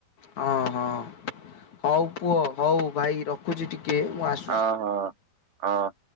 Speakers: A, on the left; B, on the right.
A: ହଁ ହଁ ହଉ ପୁଅ ହଉ ଭାଇ ରଖୁଛି ଟିକେ ମୁଁ ଆସ
B: ଅ ହଁ, ହ।